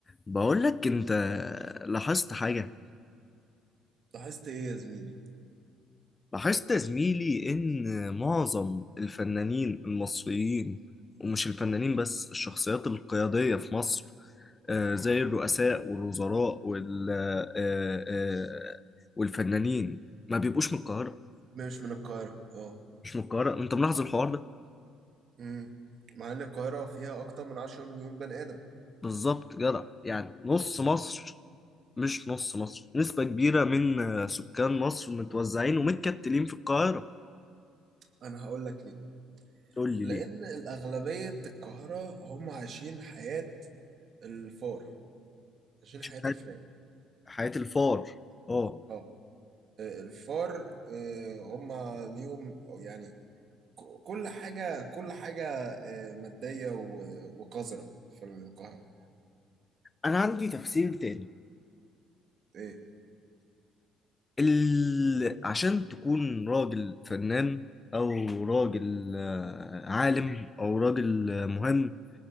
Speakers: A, on the left; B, on the right.
A: بقول لك انت لاحظت حاجة
B: لاحظت ايه يا زميلي
A: لاحظت يا زميلي ان معظم الفنانين المصريين ومش الفنانين بس الشخصيات القيادية في مصر آه، زي الرؤساء والوزراء وال آه، آه، آه، والفنانين ما بيبقوش من القاهرة
B: مش من القاهرة اه
A: مش من القاهرة انت ملاحظ الحوار ده
B: امم مع ان القاهرة فيها اكتر من 10 مليون بني ادم
A: بالظبط جدع يعني نص مصر مش نص مصر نسبة كبيرة من آه، سكان مصر متوزعين ومتكتلين في القاهرة
B: انا هقول لك ليه
A: تقول
B: لان
A: لي
B: الاغلبية القاهرة هم عايشين حياة الفار عايشين حياة
A: ليه
B: الفئة
A: حياة الفار اه
B: اه آه، الفار آه، هم ليهم أو يعني ك- كل حاجة كل حاجة آه، مادية و- وقذرة في القاهرة
A: انا عندي تفسير تاني
B: ايه
A: ال... عشان تكون راجل فنان او راجل آه، عالم او راجل آه، مهم